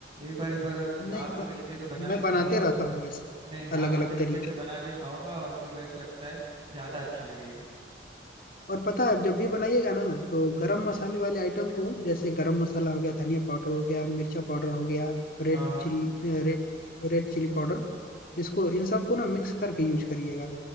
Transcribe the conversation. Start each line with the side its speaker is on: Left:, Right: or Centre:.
Right: एक बार इस बार
Left: नहीं
Right: आपके
Left: मैं
Right: तरीके से बना
Left: मैं
Right: के खाऊंगा
Left: बनाते रहता हूँ ऐसे
Right: नहीं नहीं
Left: अलग
Right: आपके
Left: अलग
Right: तरीके
Left: तरीके
Right: से बना के खाऊंगा और फिर मेरे को लगता है ज्यादा अच्छा लगेगा
Left: और पता है आप जब भी बनाइएगा ना तो गरम
Right: हाँ
Left: मसाले वाले आइटम को जैसे गरम मसाला हो गया धनिया पाउडर हो गया मिर्चा पाउडर हो गया red
Right: हाँ हाँ,
Left: chilli red red chilli powder इसको इन सबको ना मिक्स करके यूज करिएगा